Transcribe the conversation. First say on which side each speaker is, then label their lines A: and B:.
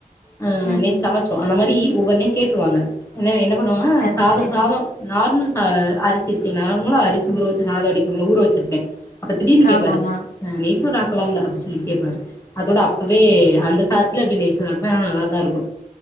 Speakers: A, on the left; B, on the left.
A: அ
B: ம்ஹும்
A: நேத்து சமைச்சோ அந்த மாரி ஒவ்வொன்னையு கேட்டுருவாங்க என்ன என்ன பண்ணுவாங்கனா
B: அது
A: சாதோ
B: சரி
A: சாதோ நார்மல் சா அரிசி இருக்குல நார்மலா அரிசி ஊற வச்சு சாதம் வடிப்போம்ல ஊற வச்சிருக்கே அப்ப திடீனு கேப்பாரு
B: ஆமாமா
A: நெய் சோறு ஆக்கலாம்ல அப்டி சொல்லி கேப்பாரு அதோட அப்பவே அந்த சாதத்தத்துலே அப்டி நெய் சோறு ஆக்குவே ஆனா நல்லா தா இருக்கு